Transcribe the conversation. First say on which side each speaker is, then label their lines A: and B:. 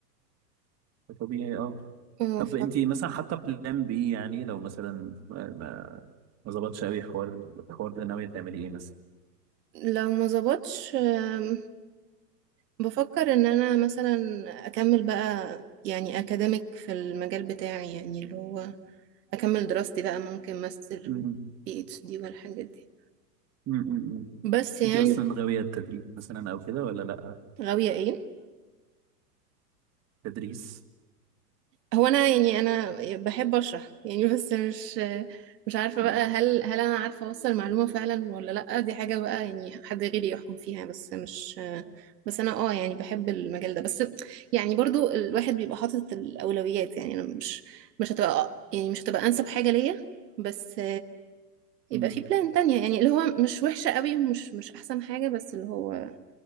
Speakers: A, on the right; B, on the right.
A: طبيعي اه
B: آه،
A: طب انت مثلا حاطه بلان بي يعني لو مثلا آه، ما ظبطش قوي حوار الحوار ده ناوية تعملي ايه مثلا
B: فلو ما ظبطش آم، بفكر ان انا مثلا اكمل بقى يعني اكاديميك في المجال بتاعي يعني اللي هو اكمل دراستي بقى ممكن ماستر
A: مم.
B: بي اتش دي والحاجات دي
A: مم. مم.
B: بس يعني
A: انتي اصلا غاوية التدريب مثلا او كده ولا لا
B: غاوية ايه
A: تدريس
B: هو انا يعني انا بحب اشرح يعني بس مش مش عارفه
A: مم.
B: بقى هل هل انا عارفه اوصل معلومه فعلا ولا لا دي حاجه بقى يعني حد غيري يحكم فيها بس مش بس انا اه يعني بحب المجال ده بس يعني برضو الواحد بيبقى حاطط الاولويات يعني انا مش مش هتبقى يعني مش هتبقى انسب حاجه ليا بس يبقى
A: مم.
B: في بلان تانية يعني اللي هو مش وحشة قوي مش مش أحسن حاجة بس اللي هو